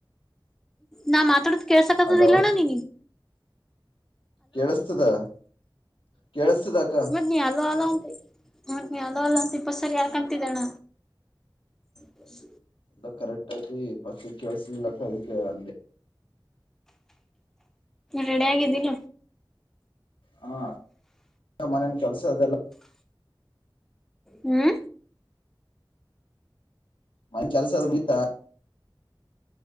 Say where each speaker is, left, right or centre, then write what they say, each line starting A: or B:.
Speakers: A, in the centre; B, on the left.
A: ನಾ ಮಾತಾಡೋ ಕೇಳಸಕ್ತದ
B: ಅಲೋ
A: ಇಲ್ಲಣ್ಣ ನೀ
B: ಕೇಳಿಸತದ ಕೇಳಸ್ತದ ಅಕ್ಕ
A: ಹ ನೀ ಅಲ್ ಅಲ ಅಂತ ಹ ಅಲ ಅಲ್ಲ ಅಂತ ಇಪ್ಪ ಸರಿ ಯಾಕ ಅಂತಿದ್ದಣ್ಣ ಬಸ್
B: ಇ ಕರೆಕ್ಟ್ ಅ ಪಸಕ್ಕಿ ವಸ ಲಕ ಅದಕ್ಕೆ ಅ
A: ರೆಡಿ ಆಗಿದ್ದೀನ
B: ಹಾ ಮನನ್ ಕೆಲ್ಸ ಅದೆಲ್ಲ
A: ಹ್ಮ
B: ಮ <unintelligible> ಕೆಲ್ಸರ್ ಗತ್ತ